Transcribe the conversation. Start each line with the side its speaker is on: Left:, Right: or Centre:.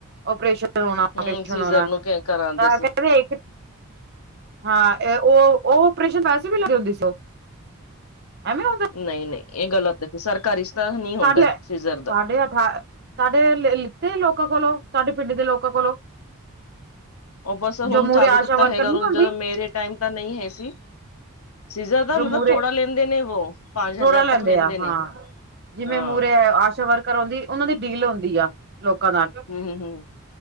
Right: ਉਪਰੇਸ਼ਨ <unintelligible>
Left: ਹੂੰ ਸੀਜ਼ਰ
Right: ਨੌਣਾ
Left: ਨੂੰ ਕਰਾਂਦੇ
Right: ਕਾਗੇ
Left: ਸੀ
Right: ਇੱਕ ਹਾਂ ਏਹ ਉਹ, ਉਹ ਓਪਰੇਸ਼ਨ ਵੈਸੇ ਵੀ ਲੈਂਦੀ ਹੁੰਦੀ ਸੀ ਓਹ। ਐਵੇਂ ਔਦਾ
Left: ਨਈ-ਨਈ ਏਹ ਗਲਤ ਏ, ਸਰਕਾਰੀ ਤਾਂ ਨਹੀਂ ਹੁੰਦਾ
Right: ਕਾਰਲੇ
Left: ਸੀਜ਼ਰ ਦਾ
Right: ਸਾਢੇ ਅਠਾ ਸਾਡੇ ਲੇ ਲਿੱਤੇ ਲੋਕਾਂ ਕੋਲੋਂ, ਸਾਡੇ ਪਿੰਡ ਦੇ ਲੋਕਾਂ ਕੋਲੋਂ।
Left: ਉਹ ਬਸ
Right: ਜੋ
Left: ਹੁਨ
Right: ਮੂਹਰੇ
Left: ਚਾਲੂ
Right: ਆਸ਼ਾ
Left: ਕੀਤਾ
Right: ਵਰਕਰ
Left: ਹੈਗਾ
Right: ਨੀ
Left: ਰੂਲ,
Right: ਹੁੰਦੀ
Left: ਜਦੋਂ ਮੇਰੇ ਟਾਈਮ ਤਾਂ ਨਈ ਹੈ ਸੀ। ਸੀਜ਼ਰ ਦਾ
Right: ਜੋ
Left: ਮਤਲਬ
Right: ਮੂਹਰੇ
Left: ਥੋੜਾ ਲੈਂਦੇ ਨੇ ਵੋ, ਪਾਂਜ
Right: ਥੋੜਾ
Left: ਹਜ਼ਾਰ ਤੱਕ ਲੈਂਦੇ
Right: ਆ
Left: ਨੇ।
Right: ਹਾਂ ਜਿਵੇਂ
Left: ਹਾਂ
Right: ਮੂਹਰੇ ਆਸ਼ਾ ਵਰਕਰ ਔਂਦੀ, ਉਹਨਾਂ ਦੀ ਡੀਲ ਹੁੰਦੀ ਆ। ਲੋਕਾਂ ਨਾਲ,
Left: ਹੂੰ-ਹੂੰ-ਹੂੰ